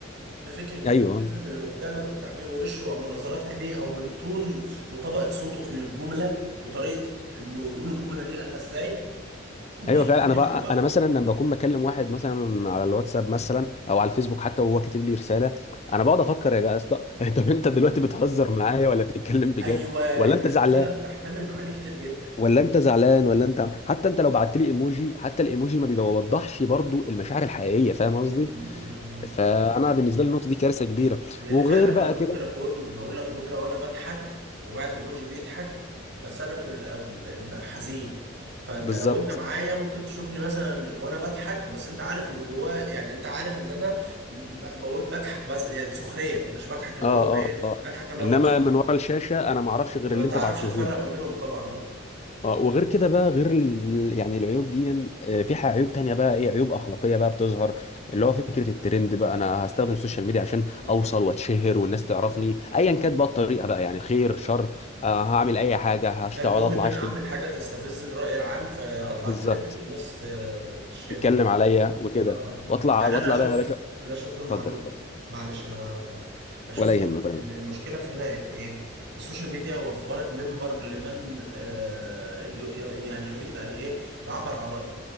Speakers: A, on the right; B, on the left.
A: بفكره
B: ايوه
A: انك تفهم اللي قدامك من تعبير وشه او من نظرات عينيه او من تون وطبقه صوته في الجمله وطريقه انه يقول الجمله دي قالها ازاي بيختفي
B: ايوه فعلا انا
A: مع
B: بقى
A: الوقت
B: انا مثلا لما بكون بكلم واحد مثلا على الواتساب مثلا او على الفيسبوك حتى وهو كاتب لي رساله انا بقعد افكر يا اسطى <laughs> طب انت دلوقتي بتهزر معايا ولا بتتكلم بجد
A: ايوه
B: ولا
A: انت
B: انت
A: الرساله
B: زعلان
A: بتحتمل معاني كتير جدا
B: ولا انت زعلان ولا انت حتى انت لو بعت لي ايموجي حتى الايموجي ما بيوضحش برضو المشاعر الحقيقيه فاهم قصدي
A: <laughs>
B: فانا بالنسبه لي النقطه دي كارثه كبيره
A: لان
B: وغير
A: فعلا
B: بقى
A: انا ممكن
B: كده
A: اكون بقول لك جمله وانا بضحك وبعت ايموجي بيضحك بس انا في ال- في- حزين فانت
B: بالظبط
A: لو انت معايا ممكن تشوفني مثلا وانا بضحك بس انت عارف من جواه يعني انت عارف ان انا ب- بقول بضحك بس يعني سخريه مش بضحك اللي
B: اه
A: هو ايه
B: اه اه
A: بضحك اللي هو
B: انما
A: مبسوط
B: من ورا الشاشه انا ما اعرفش غير
A: ما
B: اللي
A: تعرفش
B: انت بعته
A: تفرق ما بينهم طبعا اه
B: آه، وغير كده بقى غير ال... يعني العيوب دي آه، في ح- عيوب تانية بقى ايه عيوب اخلاقية بقى بتظهر اللي هو فكرة الترند بقى انا هستخدم السوشيال ميديا عشان
A: مم.
B: اوصل واتشهر والناس
A: مم.
B: تعرفني ايا كانت بقى الطريقة بقى يعني خير شر آه، هعمل اي حاجة هشتغل
A: المهم
B: اطلع
A: ان انا
B: اشتم
A: اعمل حاجه تستفز الراي العام فاطلع
B: بالظبط
A: ترند والناس آه، تشن
B: تتكلم عليا وكده
A: اه اه
B: واطلع
A: يعني
B: واطلع
A: انا اشوف
B: بقى يا باشا
A: انا اشوف المعلوم
B: اتفضل اتفضل
A: معلش انا بقطع انا شفت
B: ولا يهمك ولا
A: ال-
B: يهمك
A: المشكله في هنا في ايه السوشيال ميديا وفرت منبر لمن آه ي- ي- يعني يريد ان ايه يعبر عن رايه